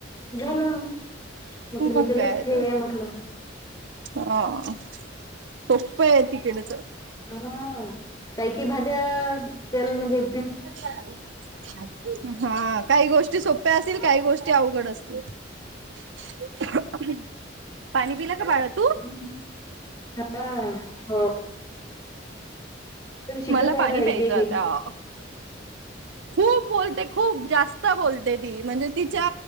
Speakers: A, on the left (about 25°); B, on the right (about 80°).
A: झालं म्हटलं
B: हो
A: हे
B: मग
A: दिले
B: काय
A: हे
B: तर
A: आहे म्हटलं
B: हो सोप येत तिकडे.
A: हा काकी भाज्या त्याल म्हणजे‌
B: ख <inaudible> हा काही गोष्टी सोप्या असतील काही गोष्टी अवघड असतील. <inaudible> पाणी पिला का बाळा. तू?
A: हम् हा हो. शिकत
B: मला
A: हाय
B: पाणी
A: आता
B: प्यायचं
A: एक
B: आता.
A: एक
B: खूप बोलते खूप जास्त बोलते ती म्हणजे तिच्या